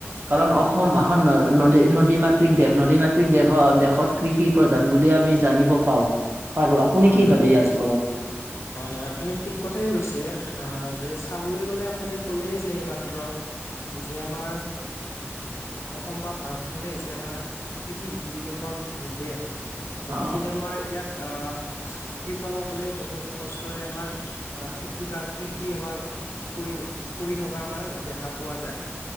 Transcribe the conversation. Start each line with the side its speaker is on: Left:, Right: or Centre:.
Right: কাৰণ অসম
Left: হয়।
Right: এখন ন নদী নদী মাত দেশ, নদী মাতৃক দেশ দেশত কৃষি প্ৰধান বুলি আমি জানিব পাওঁ। পাৰো আপুনি
Left: হয়
Right: কি ভাবে
Left: হয়
Right: ইয়াৰ ওপৰত?
Left: হয় হয় আপুনি ঠিক কথাই কৈছে আহ যে চাবলৈ গলে আপুনি কলেই যে এই মাত্ৰ যে আমাৰ অসম বা ভাৰত খনেই হৈছে আমাৰ কৃষিভিত্তিক এখন দেশ। গতিকে
Right: অ
Left: আমাৰ ইয়াত অ' কৃষক সকলে বহুত কষ্টৰে আমাৰ আহ খেতি বা কৃষি আমাৰ কৰি কৰি থকা আমাৰ দেখা পোৱা যায়।